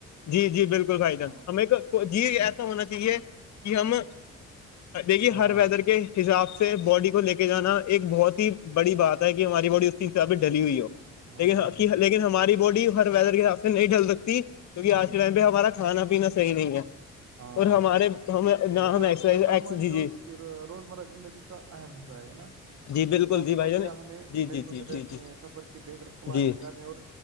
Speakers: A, on the left; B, on the right.
A: جی جی بالکل بھائی
B: ہاں
A: جان ہم ایک جی ایسا ہونا چاہیے کہ ہم ا جے گی
B: ہاں
A: ہر ویدر کے <unintelligible> حساب سے باڈی کو لے کے جانا ایک بہت ہی بڑی بات ہے کہ ہماری باڈی اس حساب سے ڈلی ہوئی ہو
B: ہاں
A: لیکن
B: جی ہاں جی
A: لیکن ہماری باڈی ہر ویدر کے حساب سے نہیں ڈھل سکتی کیونکہ
B: ہاں
A: آج کے
B: جی
A: ٹائم پہ ہمارا کھانا پینا صحیح نہیں ہے
B: ہاں
A: اور ہمارے ہم ہمرز
B: وہ نا ویدر ہماری
A: جی
B: روز
A: جی <unintelligible>
B: روزمرہ زندگی کا اہم حصہ ہے نا
A: جی بالکل
B: اس کا مطالعہ
A: جی بھائی جان
B: ہمیں
A: جی جی
B: محفوظ
A: جی جی
B: رکھنے
A: جی
B: سفر کی بہتر پلاننگ
A: جی
B: کرنے اور